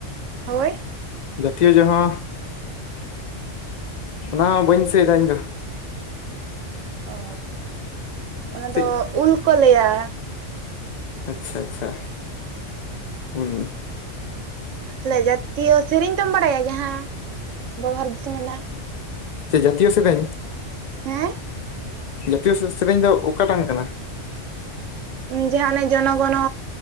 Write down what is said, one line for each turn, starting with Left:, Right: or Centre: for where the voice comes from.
Right: ᱦᱳᱭ
Left: ᱡᱟᱛᱤᱭᱚ ᱡᱚᱢᱟᱸ, ᱚᱱᱟ ᱦᱚᱸ ᱵᱟᱹᱧ ᱫᱤᱥᱟᱹᱭᱮᱫᱟ ᱤᱧ ᱫᱚ᱾
Right: ᱚᱻ ᱚᱱᱟ
Left: ᱪᱮᱫ
Right: ᱫᱚ ᱩᱞ ᱠᱩ ᱞᱟᱹᱭᱟ,
Left: ᱟᱪᱪᱷᱟ ᱟᱪᱪᱷᱟ ᱩᱞ
Right: ᱞᱟ ᱡᱟᱛᱤᱭᱚ ᱥᱮᱨᱤᱧ ᱫᱚᱢ ᱵᱟᱲᱟᱭᱟ ᱡᱟᱦᱟᱸ ᱵᱟ ᱵᱷᱟᱨᱚᱛ ᱫᱤᱥᱚᱢ ᱨᱮᱱᱟᱜ᱾
Left: ᱥᱮ ᱡᱟᱛᱤᱭᱚ ᱥᱮᱨᱤᱧ,
Right: ᱦᱮᱸᱻ, ᱾
Left: ᱡᱟᱹᱛᱤᱭᱚ ᱥᱮᱼᱥᱮᱥᱮᱨᱮᱧ ᱫᱚ ᱚᱠᱟᱴᱟᱝ ᱠᱟᱱᱟ?
Right: ᱡᱟᱦᱟᱸ ᱚᱱᱮ ᱡᱚᱱᱚᱜᱚᱱᱚ